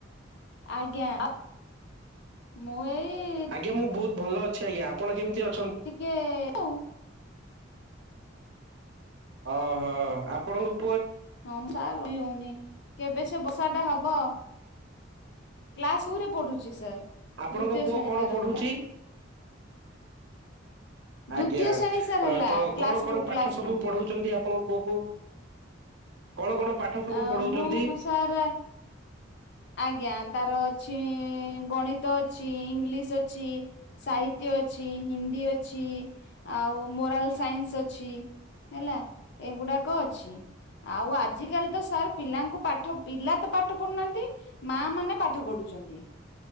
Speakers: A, on the left; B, on the right.
A: ଆଜ୍ଞା ଆପ୍ ମୁଁ ଏଇ
B: ଆଜ୍ଞା ମୁଁ ବହୁତ ଭଲ ଅଛି ଆଜ୍ଞା। ଆପଣ କେମିତି ଅ
A: ଟିକେ ଆଉ
B: ଅହ ଆପଣଙ୍କୁ
A: ହଁ ମୁଁ ସାର ରହି ହେଉନି। କେବେ ସେ ବର୍ଷାଟା ହବ? କ୍ଲାସ୍ ଉରେ ପଢୁଛି ସାର୍।
B: ଆପଣଙ୍କ
A: ଦ୍ଵିତୀୟ
B: ପୁଅ
A: ଶ୍ରେଣୀ
B: କଣ
A: ତାର
B: ପଢୁଛି?
A: ହେଲା
B: ଆଜ୍ଞା,
A: ଦ୍ଵିତୀୟ ଶ୍ରେଣୀ ସାର୍
B: ଅ
A: ହେଲା
B: ତ
A: କ୍ଲାସ
B: କଣ କଣ
A: ଟୁ
B: ପାଠ
A: କ୍ଲାସ
B: ସବୁ
A: ଟୁ
B: ପଢଉଛନ୍ତି ଆପଣଙ୍କ ପୁଅକୁ? କଣ କଣ ପାଠ ସବୁ
A: ଆ
B: ପଢଉଛନ୍ତି
A: ମୁଁ ସାର୍ ଆଜ୍ଞା, ତାର ଅଛି ଗଣିତ ଅଛି ଇଂଲିଶ୍ ଅଛି ସାହିତ୍ୟ ଅଛି ହିନ୍ଦୀ ଅଛି ଆଉ ମୋରାଲ ସାଇନ୍ସ ଅଛି ହେଲା। ଏ ଗୁଡ଼ାକ ଅଛି। ଆଉ ଆଜିକାଲି ତ ସାର୍ ପିଲାଙ୍କୁ ପାଠ ପିଲା ତ ପାଠ ପଢୁନାହାଁନ୍ତି। ମା ମାନେ ପାଠ ପଢୁଛନ୍ତି।